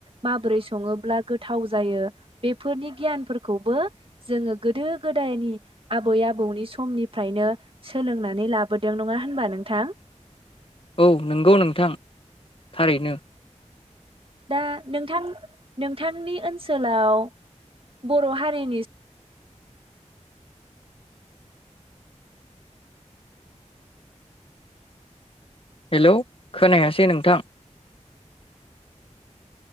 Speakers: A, on the right; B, on the left.
A: माबोरै सङोब्ला गोथाव जायो बेफोरनि गियानफोरखौबो जोङो गोदो गोदायनि आबै आबौनि समनिफ्रायनो सोलोंनानै लाबोदों नङा होनबा नोंथां?
B: औ नंगौ नोंथां थारैनो
A: दा नोंथां-नोंथांनि ओनसोलाव बर' हारिनि
B: हेल खोनायासै नोंथां